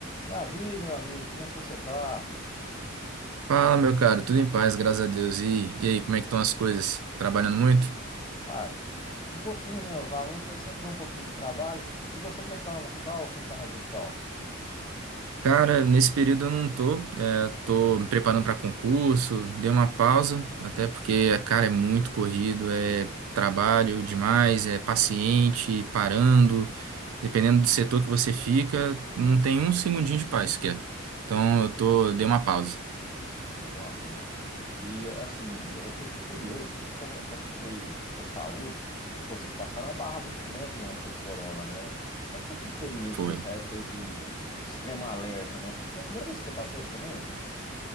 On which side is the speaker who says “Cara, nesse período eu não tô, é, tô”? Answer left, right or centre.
Right